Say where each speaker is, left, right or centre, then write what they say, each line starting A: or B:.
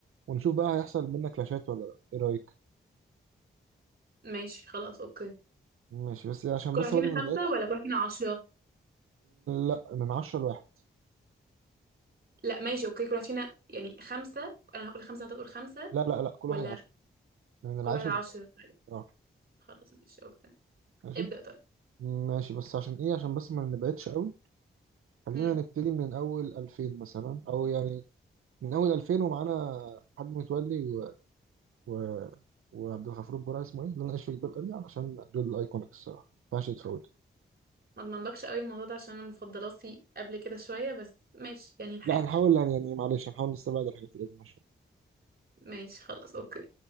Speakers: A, on the right (about 85°); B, on the right (about 45°).
A: ونشوف بقى هيحصل منك كلاشات ولا لا ايه رأيك؟
B: ماشي خلاص اوكي
A: ماشي بس عشان
B: كل
A: بس
B: واحد فينا
A: برضه ما
B: خمسة
A: نبقاش
B: ولا كل واحد فينا عشرة
A: لا من عشرة لواحد
B: لا ماشي اوكي كل واحد فينا يعني خمسة انا هقول خمسة وانت تقول خمسة
A: لا لا لا كل
B: ولا
A: واحد عشرة من
B: كل
A: العاشر
B: واحد عشرة
A: لل-
B: طيب،
A: اه
B: خلاص ماشي اوكي
A: ماشي
B: ابدأ طيب
A: ماشي بس عشان ايه عشان بس ما نبعدش قوي خلينا
B: امم
A: نبتدي من اول 2000 مثلا او يعني من اول 2000 ومعانا حاج متولي و... و... وعبد الغفور البرعي اسمه ايه اللي انا عايش في جلباب ابي علشان دول الايكونيك الصراحه ما ينفعش يتفوت
B: ما اضمنلكش قوي الموضوع ده عشان انا مفضلاتي قبل كده شوية بس ماشي يعني نحاول
A: لا هنحاول يعني يعني معلش هنحاول نستبعد الحاجات اللي دي ماشي
B: ماشي خلاص اوكي